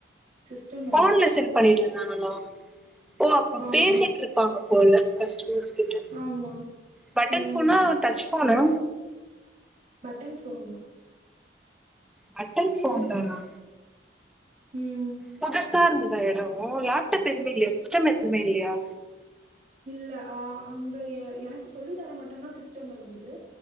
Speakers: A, on the right; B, in the centre.
A: சிஸ்டம்
B: போன்ல
A: இல்ல
B: செண்ட் பண்ணிட் இருந்தாங்களா ஓ அப்போ
A: ஆமா
B: பேசிட்ருப்பாங்க போல கஸ்ட்டமர்ஸ் கிட்ட
A: ஆமா
B: பட்டன்
A: ம்
B: போனா டச் போனா
A: பட்டன் போன்தா
B: பட்டன் போன் தானா
A: ம்
B: புதுசா இருந்துதா எடோ லேப்டப் எதுமே இல்லியா சிஸ்டம் எதுமே இல்லையா
A: இல்ல ஆ அங்க என எனக்கு சொல்லி தர மட்டுந்தா சிஸ்டம் இருந்துது